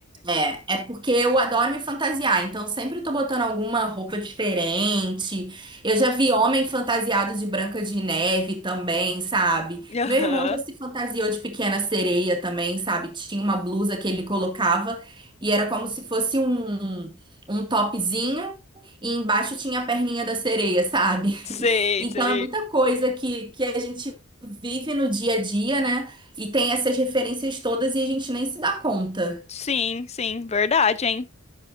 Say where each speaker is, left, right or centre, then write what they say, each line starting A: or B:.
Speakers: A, on the right; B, on the left.
A: É, é porque eu adoro me fantasiar, então sempre tô botando alguma roupa diferente. Eu já vi homem fantasiado de Branca de Neve também, sabe?
B: <laughs> Aham.
A: Meu irmão já se fantasiou de Pequena Sereia também, sabe? Tinha uma blusa que ele colocava e era como se fosse um, um topzinho e embaixo tinha a perninha da sereia, sabe?
B: Sei,
A: <laughs> Então
B: sei.
A: é muita coisa que, que a gente vive no dia a dia, né? E tem essas referências todas e a gente nem se dá conta.
B: Sim, sim, verdade, hein?